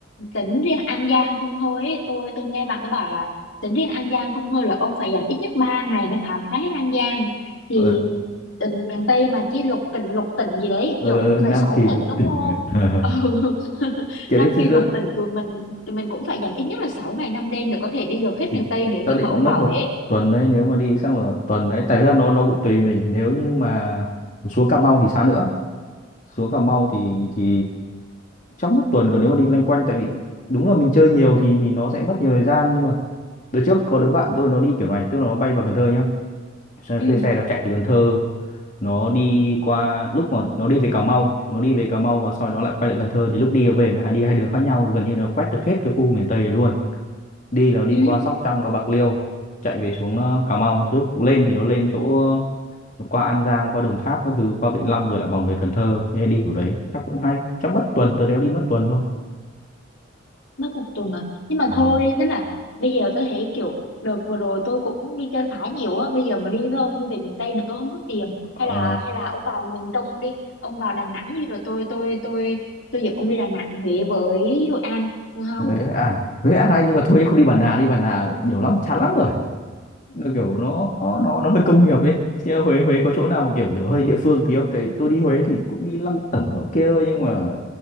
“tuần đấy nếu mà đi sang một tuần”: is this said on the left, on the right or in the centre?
Left